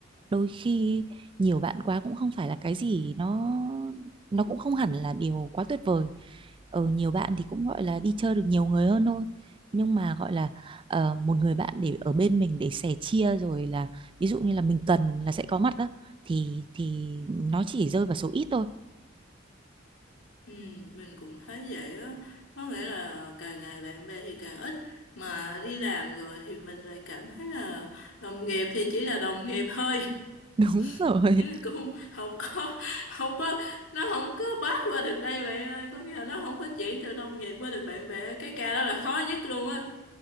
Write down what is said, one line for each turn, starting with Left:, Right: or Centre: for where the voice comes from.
Right: đôi khi nhiều bạn quá cũng không phải là cái gì nó nó cũng không hẳn là điều quá tuyệt vời ở nhiều bạn thì cũng gọi là đi chơi được nhiều người hơn thôi nhưng mà gọi là ờ, một người bạn để ở bên mình để sẻ chia rồi là ví dụ như là mình cần là sẽ có mặt đó thì thì nó chỉ rơi vào số ít thôi
Left: Ừ, mình cũng thấy vậy á có nghĩa là càng ngày bạn bè thì càng ít mà đi làm rồi thì mình lại cảm thấy là đồng nghiệp thì chỉ là đồng nghiệp thôi
Right: <laughs> đúng rồi
Left: <laughs> chứ cũng không có không có nó không có pass qua được đây bạn ơi có nghĩa là nó không có chuyển từ đồng nghiệp qua được bạn bè cái ca đó là khó nhất luôn á